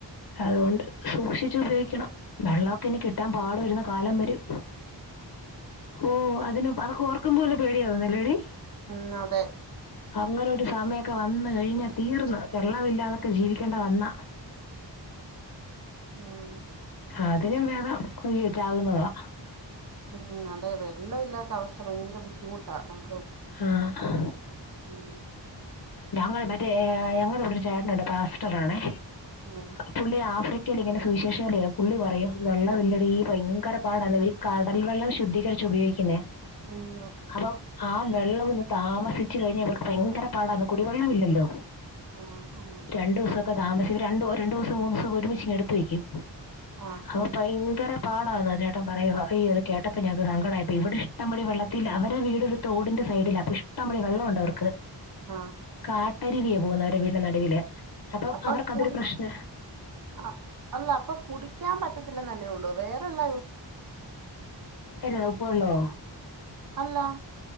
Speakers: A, on the left; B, on the right.
A: അതുകൊണ്ട് സൂക്ഷിച്ച് ഉപയോഗിക്കണം വെള്ളാക്കെ ഇനി കിട്ടാൻ പാടു വരുന്ന കാലം വരും ഓ അതിന് അതൊക്കെ ഓർക്കുമ്പോപേടിയാവുന്നല്ലേടി
B: ഉം അതെ
A: അങ്ങനെഒരുസമയൊക്കെവന്ന് കഴിഞ്ഞതീർന്ന് വെള്ളമില്ലാതൊക്കെ ജീവിക്കേണ്ടിവന്നാ
B: ഉം
A: ആ അതിലും ഭേദം കൊല് ച്ചാകുന്നതാ
B: ഉം അതെ വെള്ളം ഇല്ലാത്ത അവസ്ഥ ഭയങ്കരബുദ്ധിമുട്ടാ നമക്ക്
A: ആഹ്
B: ഉം
A: ഞങ്ങൾ മറ്റേ ഞങ്ങളുടെവിടെ ഒരു ചേട്ടനുണ്ട് പാസ്റ്റർആണേ
B: ആഹ <unintelligible>
A: പുള്ളി ആഫ്രിക്കയിൽ ഇങ്ങനെ സുവിശേഷെപുള്ളിപറയും വെള്ളമില്ലടി ഭയങ്കരപാടാണ് കടൽ വെള്ളം ശുദ്ധീകരിച്ചു ഉപയോഗിക്കുന്നേ
B: അയ്യൊ
A: അപ്പോംആവെള്ളംഒന്ന്താമസിച്ചു കഴിഞ്ഞ ഇവർക്ക് ഭയങ്കരപാടാന്ന് കുടിവെള്ള ഇല്ലല്ലോ
B: ആഹ് ആഹ്
A: രണ്ടു ദിവസൊക്കെ താമസ ര രണ്ടു ദിവസം മൂന്ന് ദിവസം ഒരുമിച്ച് ഇങ്ങ എടുത്ത് വയ്കും
B: ആഹ്
A: അപ്പോ
B: ആഹ്
A: ഭയ്ങ്കര പാടാണ്ചേട്ടൻ പറയുവഹയ് അത് കേട്ടപ്പൊ ഞങ്ങക്ക്സങ്കഡായപ്പാ ഇവടെ ഇഷ്ടംപോലെ വെള്ളത്തിൽ അവരെ വീട് തോടിന്റെ സൈഡിലഅപ്പൊ ഇഷ്ടം പോലെ വെള്ളോണ്ട്അവർക്ക്
B: ആഹ്
A: കാട്ടരിവിയെ പോകുന്നഅവരു വീടിന് നടുവില് അപ്പൊഅവർക്ക്അതൊരു
B: അപ്പൊ കുടി
A: പ്രശ്ന
B: ആ അല്ലഅപ്പൊകുടിക്യാൻ പറ്റത്തില്ലെന്നല്ലേള്ളൂ വേറെല്ല
A: എന്നല്ലാ ഉപ്പ് വെള്ളമോ
B: അല്ല